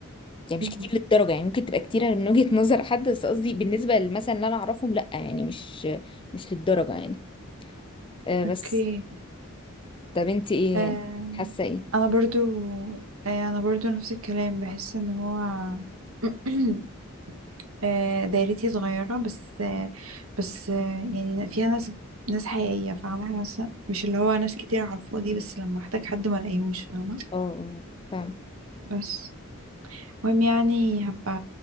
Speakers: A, on the left (about 25°); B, on the right (about 75°).
A: يعني
B: مم.
A: مش كتير للدرجة يعني ممكن تبقى كتيرة من وجهة نظر حد بس قصدي بالنسبة لمثلا اللي انا اعرفهم لا يعني مش مش للدرجة يعني أه بس
B: اوكي
A: طب انت ايه
B: أم،
A: يعني حاسة ايه
B: انا برضو أه، انا برضو نفس الكلام بحس ان هو <clears throat> أه، دايرتي صغيرة بس أه، بس أه، يعني فيها ناس ناس حقيقية فاهمة ناس مش اللي هو ناس كتير على الفاضي بس لما احتاج حد ما الاقيهوش فاهمة
A: اه آه، فاهمة
B: بس المهم يعني هبقى